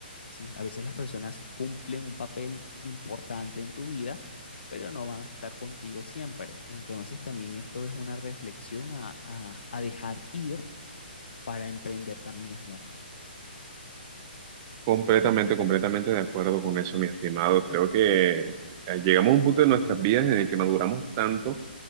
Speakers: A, on the left (about 70°); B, on the right (about 20°).
A: ¿sí? A veces las personas cumplen un papel importante en tu vida, pero no van a estar contigo siempre. Entonces también esto es una reflexión a, a a dejar ir para emprender caminos nuevos.
B: Completamente, completamente de acuerdo con eso, mi estimado. Creo que eh, llegamos a un punto de nuestras vidas en el que maduramos tanto